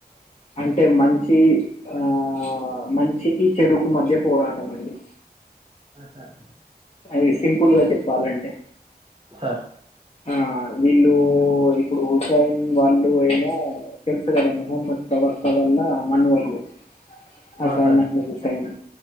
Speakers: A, on the left; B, on the right.
A: అంటే మంచి ఆ మంచికి చెడుకు మధ్య పోరాటం అండి
B: సార్
A: అది సింపుల్గా చెప్పాలంటే
B: సార్
A: ఆ వీళ్ళు ఇప్పుడు హుస్సైన్ వాళ్ళు అయినా తెలుసు కదా మహమ్మద్ ప్రవాక్ అప్ప వల్ల మనవళ్ళు హసైనడి
B: ఆ, సార్
A: హసైనా